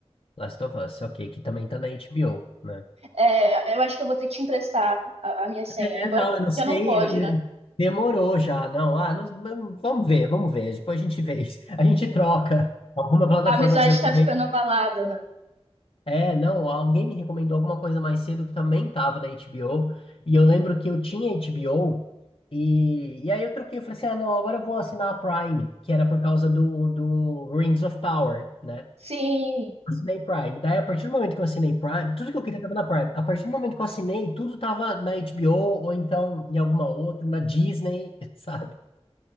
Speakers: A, on the left; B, on the right.
A: Last of Us, ok, que também tá na HBO, né?
B: É, eu acho que eu vou ter que te emprestar a, a minha senha,
A: É,
B: embora
A: não, eu não sei.
B: já não pode,
A: eu- eh,
B: né?
A: Demorou já, não. Ah, não- vamos ver, vamos ver. Depois a gente vê isso. A gente troca. Alguma plataforma
B: A amizade
A: que você não
B: tá
A: tem.
B: ficando abalada, né?
A: É, não, alguém me recomendou alguma coisa mais cedo que também tava da HBO, e eu lembro que eu tinha HBO, e, e aí eu troquei, eu falei assim, ah, não, agora eu vou assinar a Prime, que era por causa do, do Rings of Power, né?
B: Sim,
A: Assinei Prime. Daí, a partir do momento que eu assinei Prime, tudo que eu queria tava na Prime. A partir do momento que eu assinei, tudo tava na HBO, ou então em alguma outra, na Disney, <laughs> sabe?